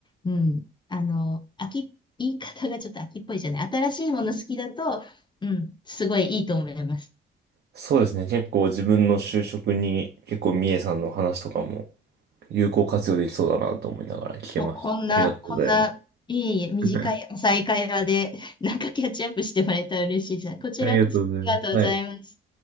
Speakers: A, on the left; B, on the right.
A: うん、あの、飽き、言い方がちょっと飽きっぽいじゃない。新しいもの好きだと、うん、すごいいいと思います。
B: そうですね。結構自分の就職に結構三重さんの話とかも有効活用できそうだなと思いながら聞けました。
A: こ、こんな、
B: ありがとうございます。
A: こんな、いえいえ、短い再会話で、
B: <laughs>
A: なんかキャッチアップしてもらえたら嬉しいです。こちらこそありがとうございます。
B: ありがとうございます。はい。